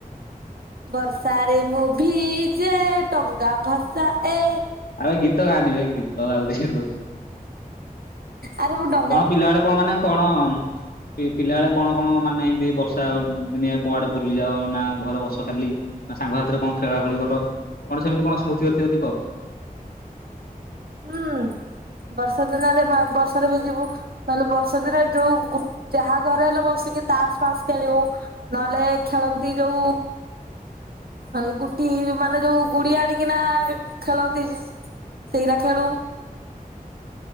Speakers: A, on the right; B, on the left.
A: ବର୍ଷାରେ ମୁଁ ଭିଜେ ଡଙ୍ଗା ଭସାଏ।
B: ଆବେ ଗୀତ ଗାଆନି ବେ ଗୀତ ଗାଉଛି ଏଠି ବସିକି।
A: ଆରେ ମୁଁ ଡ଼
B: କଣ ପିଲାବେଳେ କଣ ମାନେ କଣ ପି ପିଲା ବଳେ କଣ କଣ ମାନେ ଏମିତି ବର୍ଷା ଦିନିଆ କୁଆଡ଼େ ବୁଲିଯାଅ ନା ଘରେ ବସ ଖାଲି ନା ସାଙ୍ଗସାଥିରେ କଣ ଖେଳା ଖେଳି କର କଣ ସେମିତି କଣ ସ୍ମୃତି ଅଛି ଯଦି କହ?
A: ହୁଁ ବର୍ଷା ଦିନରେ ମା ବର୍ଷାରେ ଭିଜିବୁ ତାହେଲେ ବର୍ଷା ଦିନରେ ଯୋଉ ଗୁ ଯାହା ଘରେ ହେଲେ ବସିକି ତାସ ଫାସ ଖେଳିବୁ। ନହେଲେ ଖେଳନ୍ତି ଯୋଉ ଆଉ ଗୁଟି ମାନେ ଯୋଉ ଗୁଡ଼ି ଆଣିକିନା ଖେଳନ୍ତି। ସେଇରା ଖେଳୁ।